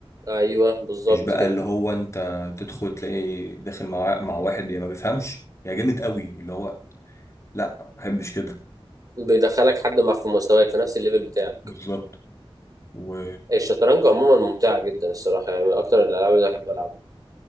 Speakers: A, on the right (about 40°); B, on the left (about 30°).
A: ايوه بالظبط
B: مش بقى
A: كده
B: اللي هو انت تدخل تلاقي داخل مع مع واحد يا ما بيفهمش يا جامد قوي اللي هو لا ما بحبش كده
A: بيدخلك حد مع في مستواك في نفس الليفل بتاعك
B: بالظبط و
A: الشطرنج عموما ممتعة جدا الصراحة يعني من اكتر الالعاب اللي بحب العبها